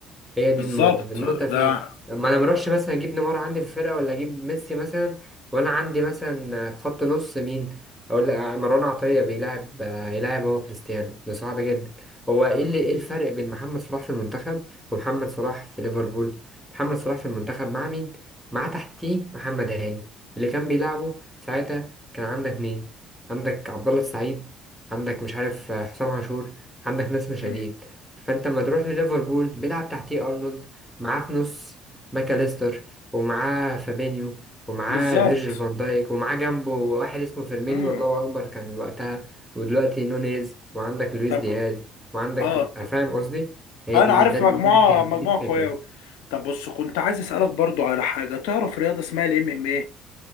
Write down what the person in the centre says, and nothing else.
هي
دي النقطة النقطة
في إيه؟ ما أنا مروحش مثلا أجيب نيمار عندي في الفرقة ولا أجيب ميسي مثلا وأنا عندي مثلا خط نص مين أقول لك مروان عطية بيلعب يلعب هو كريستيانو ده صعب جدا هو إيه اللي إيه الفرق بين محمد صلاح في المنتخب ومحمد صلاح في ليفربول محمد صلاح في المنتخب مع مين مع تحتيه محمد هاني اللي كان بيلعبه ساعتها كان عندك مين عندك عبد الله السعيد عندك مش عارف حسام عاشور عندك ناس مشاهير
فانت لما تروح لليفربول بيلعب تحتيه ارنولد معاه في نص ماكاليستر ومعاه فابينيو ومعاه
فيرجيل فان دايك ومعاه جنبه واحد اسمه فيرمينيو
والله اكبر كان وقتها ودلوقتي نونيز وعندك لويس
دياز وعندك
آه،
فاهم قصدي هي
دي
ده دي
الفكرة
دي الفكرة